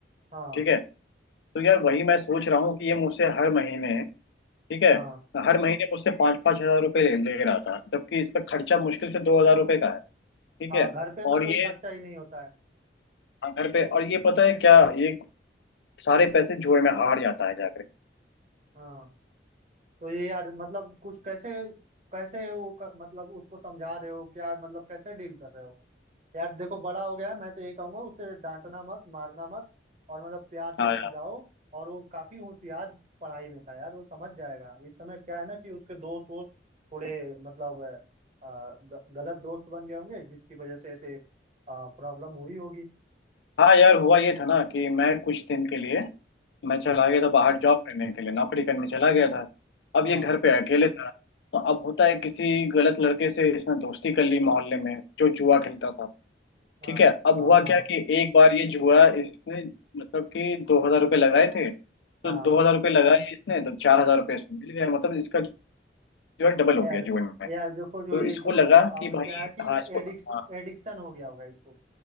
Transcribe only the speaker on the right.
हाँ
हाँ
हाँ
घर पे
तो कोई
खर्चा ही नहीं होता है
हाँ तो ये यार मतलब कुछ कैसे कैसे वो क- मतलब उसको समझा रहे हो क्या मतलब कैसे डील कर रहे हो यार देखो बड़ा हो गया मैं तो ये कहूंगा उसे डांटना मत मारना मत और मतलब प्यार से
समझाओ
और वो काफी होशियार पढ़ाई में था यार वो समझ जाएगा इस समय क्या है ना कि उसके दोस्त वोस्त थोड़े मतलब अ, ग- गलत दोस्त बन गए होंगे जिसकी वजह से ऐसे प्रॉब्लम हुई होगी
हाँ
हाँ
हाँ
हाँ
हाँ
हाँ
यार
यार देखो जो
ये
जो
अब
क्या है कि
एडिक्स
एडिक्शन हो गया होगा इसको